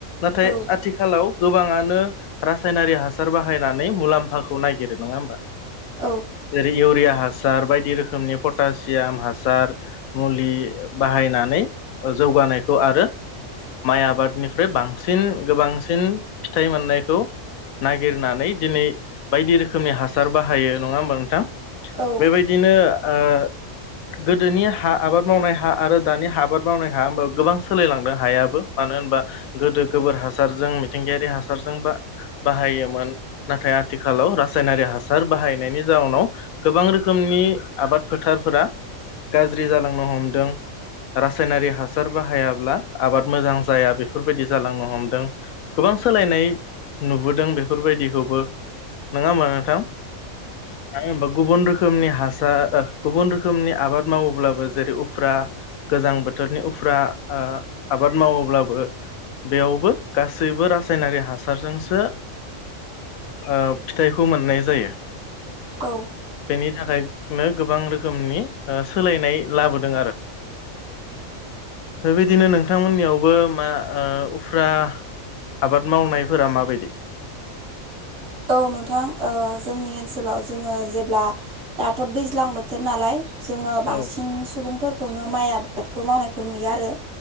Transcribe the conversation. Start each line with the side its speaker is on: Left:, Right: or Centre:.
Left: नाथाय
Right: औ
Left: आथिखालाव गोबाङानो रासायनारि हासार बाहायनानै मुलाम्फाखौ ननायागिरो नङा होमबा?
Right: औ
Left: जेरै इउरिया हासार बायदि रोखोमनि पटासियाम हासार। मुलि बाहायनानै जौगानायखौ आरो
Right: <inaudible>
Left: माइ आबादनिफ्राय बांसिन गोबांसिन फिथाइ मोननायखौ नागिरनानै दिनै बायदि रोखोमनि हासार बाहायो नङा होमबा नोंथां?
Right: औ
Left: बेबायदि बिदिनो ओ गोदोनि हा आबाद मावनाय हा आरो दानि आबाद मावनाय हा होमबा गोबां सोलायलांदों हायाबो मानो होनबा गोदो गोबोर हासारजों मिथिंगायारि हासारजों बा बाहायोमोन। नाथाय आथिखालाव रासायनारि हासार बाहायनायनि जाउनाव गोबां रोखोमनि आबाद फोथारफोरा गाज्रि जालांनो हमदों रासायनारि हासार बाहायाब्ला आबाद मोजां जाया बेफोरबायदि जालांनो हमदों। गोबां सोलायनाय नुबोदों बेफोरबायदिखौबो नङा होमबा नोंथां? <inaudible> मा होनबा गुबुन रोखोमनि हासार गुबुन रोखोमनि आबाद मावोब्लाबो जेरै उफ्रा गोजां बोथोरनि उफ्रा आबाद मावोब्लाबो बो बेयावबो गासैबो रासायनारि हासारजोंसो ओ फिथाइखौ मोननाय जायो।
Right: औ
Left: बेनि थाखायनो गोबां रोखोमनि सोलायनाय लाबोदों आरो। बेबायदिनो नोंथांमोननियावबो मा ओ उफ्रा आबाद मावनायफोरा माबायदि?
Right: औ नोंथांओ जोंनि ओनसोलाव जोङो जेब्ला दाथ' दैज्लां बोथोर नालाय जोङो बांसिन
Left: औ
Right: सुबुंफोरखौनो माइ आबादखौ मावनायखौ नुयो आरो